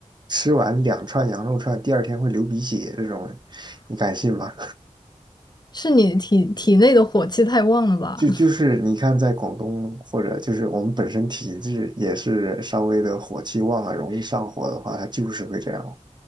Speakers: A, on the right; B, on the left.
A: 吃完两串羊肉串，第二天会流鼻血这种，你敢信吗？
B: 是你体体内的火气太旺了吧？
A: 就就是你看，在广东或者就是我们本身体质也是稍微的火气旺啊，容易上火的话，它就是会这样，